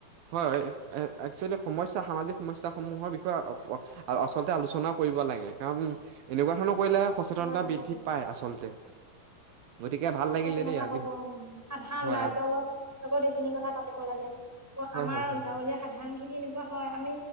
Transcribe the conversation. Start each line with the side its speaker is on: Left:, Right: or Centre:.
Right: হয়, এ-একচুৱেলি সমস্যা সামাজিক সমস্যা সমূহৰ বিষয়ে আচলতে আলোচনাও কৰিব লাগে কাৰণ এনেকুৱা ধৰণৰ কৰিলে সচেতনতা
Centre: লাগে
Right: বৃদ্ধি
Centre: লাগে।
Right: পায় আচলতে। গতিকে ভাল
Centre: সচেতনতা
Right: লাগিলে দেই আজি
Centre: হ'ব অ', সাধাৰণ
Right: হয়
Centre: ৰাইজৰ
Right: আ-
Centre: লগত এইখিনি কথা পাতিব লাগে।
Right: হয়
Centre: আমাৰ
Right: হয় হয়
Centre: গাঁৱলীয়া সাধাৰণ খিনি এনেকুৱা হয় আমি